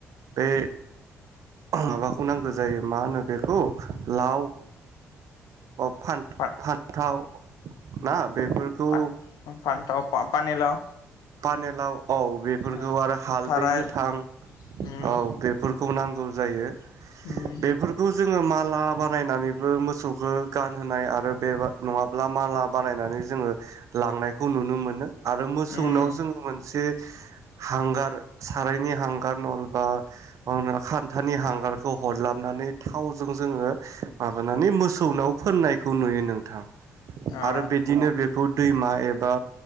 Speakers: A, on the right; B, on the left.
A: बे माबाखौ नांगौ जायो मा होनो बेखौ लाव बा फान-फान्थाव
B: फान
A: नाब बेफोरखौ
B: फान फान्थाव पानिलाव
A: पानिलाव औ बेफोरखौ
B: ओ
A: आरो हालदै
B: थाराय
A: गोथां औ
B: उम
A: बेफोर खौ नांगौ जायो।
B: उम
A: बेफोरखौ जोङो माला बानायनानै ओ मोसौखौ गानहोनाय आरो बे नङाब्ला माला बानायनानै जोङो लांनायखौ नुनो मोनो। आरो सौनाव
B: उम
A: जोङो मोनसे हांगार सारायनि हांगार नंबा मा नो खान्थानि हांगारखौ हरला बनानै थावजों जोङो माबानानै मोसौनाव फोननाय खौ नुयो नोंथां
B: ओ
A: आरो बिदिनो बेखौ दैमा एब बा